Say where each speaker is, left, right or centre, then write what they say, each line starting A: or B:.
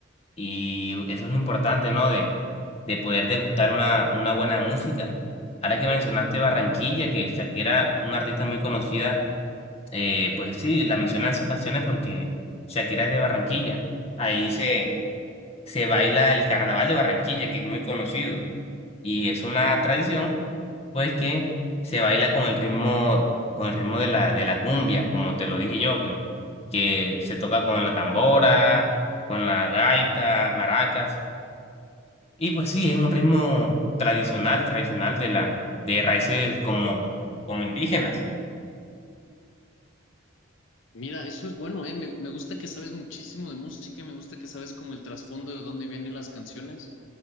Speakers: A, on the left; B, on the left.
A: y eso es lo importante, ¿no? De, de poder degustar una, una buena música. Ahora que mencionaste Barranquilla, que Shakira, una artista muy conocida, Eh, pues sí, la mencionan en sus canciones porque Shakira es de Barranquilla. Ahí se, se baila el carnaval de Barranquilla, que es muy conocido. Y es una tradición, pues, que se baila con el ritmo, con el ritmo de la, de la cumbia, como te lo dije yo, que, que se toca con la tambora, con la gaita, maracas. Y pues sí, es un ritmo tradicional, tradicional de la, de raíces como, como indígenas.
B: Mira, eso es bueno, ¿eh? Me, me gusta que sabes muchísimo de música, me gusta que sabes como el trasfondo de dónde vienen las canciones,